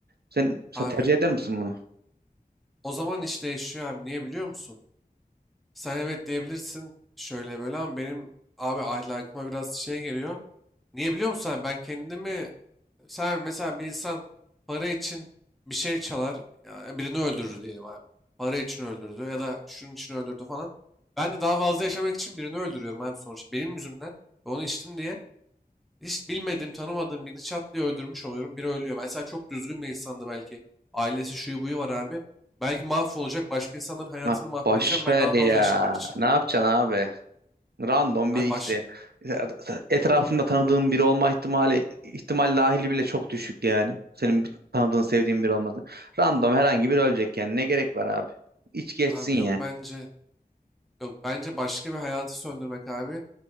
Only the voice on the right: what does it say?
Sen mesela
tercih eder misin bunu?
Ha,
boş
ver
ya.
Ne yapacaksın abi? Random
biri işte.
Etrafında tanıdığın biri olma ihtimali ihtimal dahili bile çok düşük yani. Senin bir tanıdığın sevdiğin biri olması. Random herhangi biri ölecek yani. Ne gerek var abi? İç geçsin
ya.